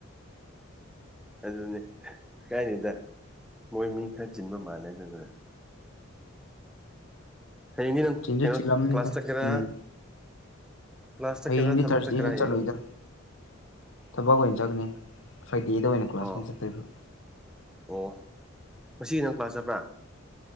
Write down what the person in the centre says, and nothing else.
ꯑꯗꯨꯅꯦ ꯀꯥꯏꯅꯤꯗ ꯃꯣꯏ ꯃꯤ ꯈꯔ ꯆꯤꯟꯕ ꯃꯥꯜꯂꯦ ꯑꯗꯨꯗꯨꯅ ꯍꯒꯤ ꯅ
ꯀꯩꯅꯣ
ꯀ ꯀ꯭ꯂꯥꯁ ꯇꯀꯦꯔ
ꯀ꯭ꯂꯥꯁ ꯆꯠꯀ꯭ꯔꯗ
ꯊꯕꯛ
ꯆꯠꯀ꯭ꯔꯌꯦ
ꯑꯣ
ꯑꯣ ꯉꯁꯤꯒꯤ ꯅꯪ ꯂꯥꯛꯆꯕ꯭ꯔꯥ